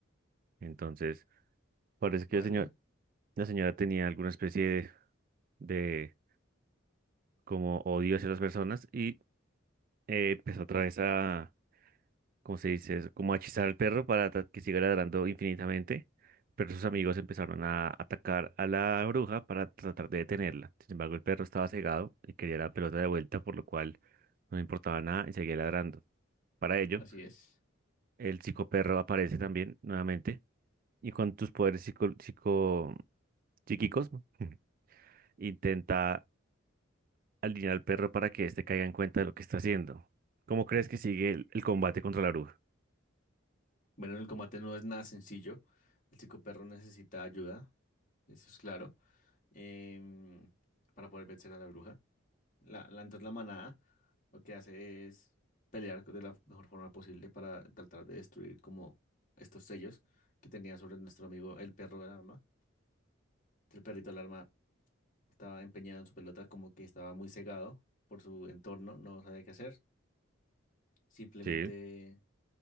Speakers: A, on the right; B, on the left.
A: Entonces, parece que
B: Vale,
A: la señora, la señora tenía alguna especie de, de como odio hacia las personas y eh, empezó otra vez a, ¿cómo se dice? eso? Como a hechizar al perro para ta- que siga ladrando infinitamente, pero sus amigos empezaron a atacar a la bruja para tratar de detenerla. Sin embargo, el perro estaba cegado y quería la pelota de vuelta, por lo cual no le importaba nada y seguía ladrando. Para ello,
B: así es.
A: el psicoperro aparece también nuevamente y con tus poderes psico, psico psíquicos <laughs> intenta alinear al perro para que éste caiga en cuenta de lo que está haciendo. ¿Cómo crees que sigue el el combate contra la bruja?
B: Bueno, el combate no es nada sencillo. El psicoperro necesita ayuda, eso es claro, em, para poder vencer a la bruja. La, la- entonces la manada lo que hace es pelear de la mejor forma posible para tratar de destruir como estos sellos que tenía sobre nuestro amigo el perro del arma. El perrito del arma estaba empeñado en su pelota, como que estaba muy cegado por su entorno, no sabía qué hacer. Simplemente
A: Sí,